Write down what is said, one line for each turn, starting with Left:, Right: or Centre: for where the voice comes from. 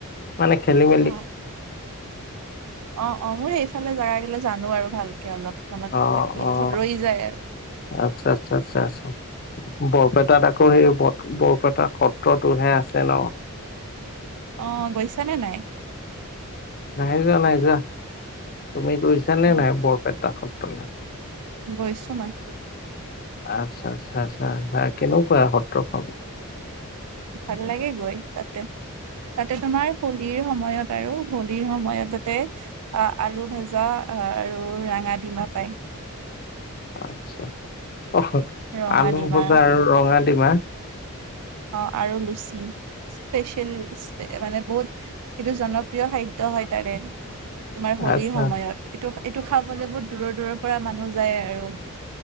Left: মানে, খেলিম
Right: অঁ অঁ অঁ মোৰ সেইফালে জাগা গিলা জানো আৰু ভালকে অলপ মনত
Left: অ',
Right: থাকি
Left: অ',
Right: ৰৈ যায় আৰু।
Left: আচ্ছা আচ্ছা আচ্ছা আচ্ছা আছোঁ। বৰপেটাত আকৌ সেই বৰপেটা সত্ৰতোহে আছে ন।
Right: অ গৈছানে নাই
Left: নাই যোৱা নাই যোৱা। তুমি গৈছা নে
Right: হয়
Left: নাই বৰপেটা সত্ৰলে?
Right: গৈছোঁ মই।
Left: আচ্ছা আচ্ছা আছা কেনেকুৱা সত্ৰ খন?
Right: ভাল লাগে গৈ তাতে। তাতে তোমাৰ হলীৰ সময়ত আৰু হলীৰ সময়ত তাতে। অ আলু ভাজা আৰু ৰঙা ডিমা পায়।
Left: আচ্ছা অ
Right: ৰঙা
Left: আলু
Right: ডিমা
Left: ভজা আৰু ৰঙাডিমা।
Right: অঁ আৰু লুচি। স্পেচিয়েল ডিচ একেবাৰে বহুত সেইটো জনপ্ৰিয় খাদ্য হয় তাৰে। তোমাৰ হোলীৰ
Left: আচ্ছা,
Right: সময়ত এইটো এইটো খাবলে বহুত দূৰৰ দূৰৰ পৰা মানুহ যায় আৰু।